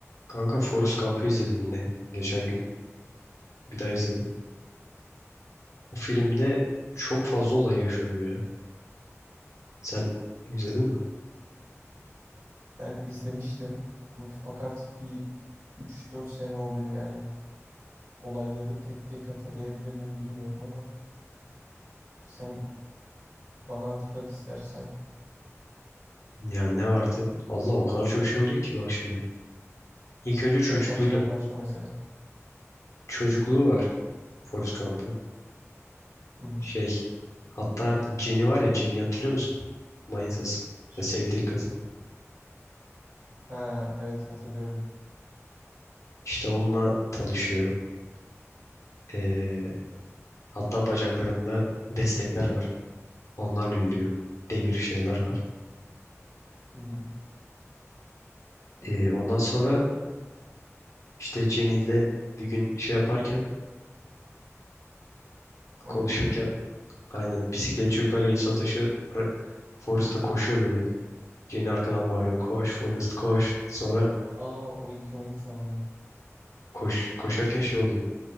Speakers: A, on the left; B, on the right.
A: Kanka Forrest Gump'ı izledim yine geçen gün. Bir daha izledim. O filmde çok fazla olay yaşanıyor ya. Sen izledin mi?
B: Ben izlemiştim fakat bir üç dört sene oluyor yani olayları tek tek hatırlayabilir miyim bilmiyorum ama sen bana hatırlat istersen.
A: Ya ne vardı? Allah o kadar çok şey oluyor ki bak şimdi. İlk önce çocukluğuyla.
B: En baştan başla mesela.
A: Çocukluğu var Forrest Gump'ın.
B: Hı hı.
A: Şey hatta Jenny var ya Jenny hatırlıyor musun? Manitası. Ya
B: Şş.
A: sevdiği kadın.
B: Ha evet hatırlıyorum.
A: İşte onunla tanışıyor. Ee, hatta bacaklarında destekler var. Onlarla yürüyor. Demir şeyler var.
B: Hı hı.
A: Ee, ondan sonra İşte Jenny ile bir gün şey yaparken
B: Oyun
A: konuşurken
B: mu oynarken?
A: aynen bisiklet çocuklar geliyor Satoshi ra- Forrest koşuyor böyle. Jenny arkadan bağırıyor koş Forrest koş. Sonra
B: Aa o 2-12 sahne.
A: koş koşarken şey oluyor.